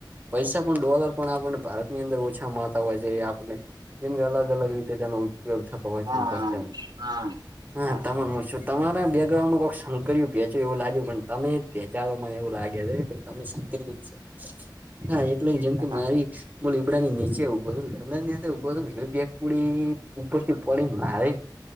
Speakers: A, on the right; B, on the right.
A: પૈસા પણ ડોલર પણ આપણને ભારતની અંદર ઓછા મળતા હોય છે આપને જેમ કે અલગ અલગ રીતે તેનો ઉપયોગ થતો હોય છે
B: હા
A: પસચમ
B: હા હા
A: હ તમામ
B: હા
A: તમારા બેકગ્રાઉન્ડ માં કોઈક શંકર્યું વેચ્યું એવું લાગ્યું પણ તમે વેચાવે મને એવું લાગે છે તમે <unintelligible> હા એટલે જેમ કે
B: હા
A: મારી બ લીબડા ની નીચે ઉભો હતો લીબડા નેચે ઊભો હતને બેકુડી ઉપર થી પડીને મારેને